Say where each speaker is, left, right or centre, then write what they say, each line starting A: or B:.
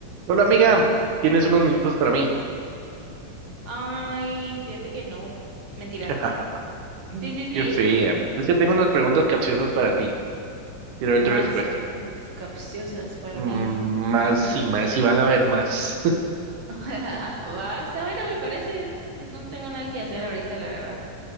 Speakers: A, on the right; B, on the right.
A: Hola amiga, tienes unos minutos para mí.
B: Ay, fíjate que no. Mentira.
A: <laughs>
B: Sí, sí, sí.
A: Yo sé, es que tengo unas preguntas capciosas para ti. Quiero
B: Más
A: ver tu respuesta.
B: preguntas capciosas para
A: Mm,
B: mí.
A: Más
B: <laughs>
A: y más y van a haber más.
B: Va, está bueno, me parece. No, no tengo nada que hacer ahorita, la verdad.